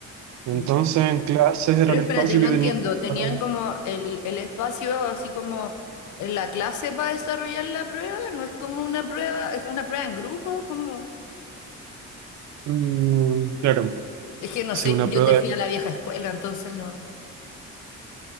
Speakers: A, on the right; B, on the left.
A: entonces
B: ¿Ya?
A: en clases era
B: Pero
A: el
B: espérate,
A: espacio
B: no
A: que
B: entiendo.
A: teníamos
B: ¿Tenían
A: para...
B: como el, el espacio así como en la clase para desarrollar la prueba? ¿No es como una prueba, es una prueba en grupo? ¿cómo?
A: Mm, claro.
B: Es que no
A: Sí,
B: sé,
A: una
B: yo
A: prueba
B: te fui a la vieja escuela, entonces no.